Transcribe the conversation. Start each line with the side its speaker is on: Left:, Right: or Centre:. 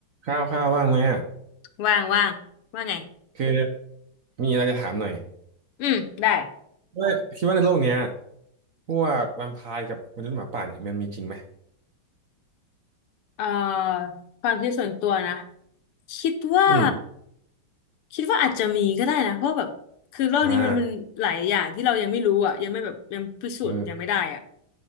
Right: ข้าวข้าวว่างไหมอ่ะ
Left: ว่างว่างว่าไง
Right: คือมีอะไรจะถามหน่อย
Left: อืมได้
Right: ว่าคิดว่าในโลกเนี้ยพวกแวมไพร์กับมนุษย์หมาป่าเนี่ยมันมีจริงไหม
Left: เอ่อความคิดส่วนตัวนะคิดว่า
Right: อืม
Left: คิดว่าอาจจะมีก็ได้นะเพราะแบบคือโลกนี้มันเป็นหลายอย่างที่เรายังไม่รู้อ่ะยังไม่แบบยังพิสูจน์ยังไม่ได้อ่ะ
Right: อ่าเออ